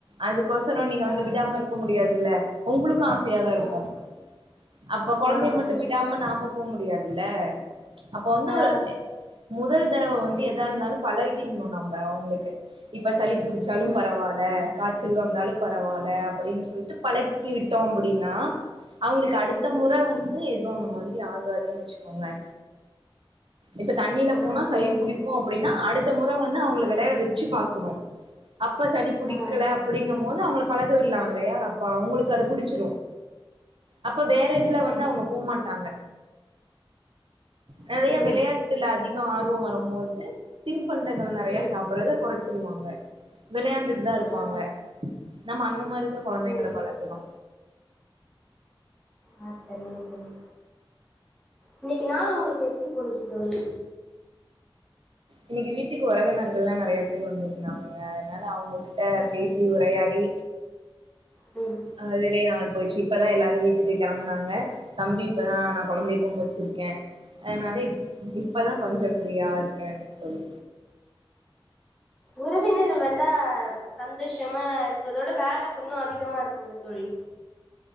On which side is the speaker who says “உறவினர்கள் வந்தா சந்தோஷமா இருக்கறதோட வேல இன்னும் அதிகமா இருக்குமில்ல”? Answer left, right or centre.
Centre